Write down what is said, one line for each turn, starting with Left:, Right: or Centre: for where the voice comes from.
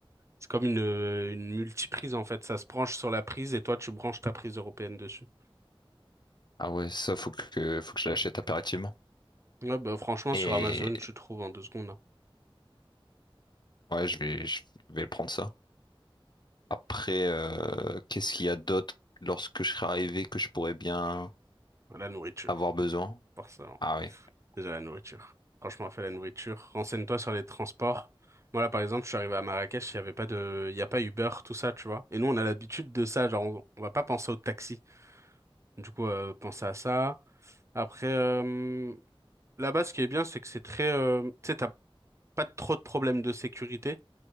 Right: C'est comme une, euh, une multiprise en fait. Ça se branche sur la prise et toi, tu branches ta prise européenne dessus.
Left: Ah ouais, ça, faut que, faut que je l'achète impérativement.
Right: Ouais, bah, franchement,
Left: Et
Right: sur Amazon, tu trouves en deux secondes hein.
Left: ouais, je vais, je vais prendre ça. Après, euh, qu'est-ce qu'il y a d'autre lorsque je serai arrivé que je pourrais bien
Right: la nourriture,
Left: avoir besoin?
Right: forcément.
Left: Ah oui.
Right: Déjà la nourriture. Franchement, fais la nourriture. Renseigne-toi sur les transports. Moi, là, par exemple, je suis arrivé à Marrakech, il y avait pas de, il y a pas Uber, tout ça, tu vois. Et nous, on a l'habitude de ça, genre, on, on va pas penser au taxi. Du coup, euh, pense à ça. Après, euh, là-bas, ce qui est bien, c'est que c'est très, euh, tu sais, t'as pas trop de problèmes de sécurité.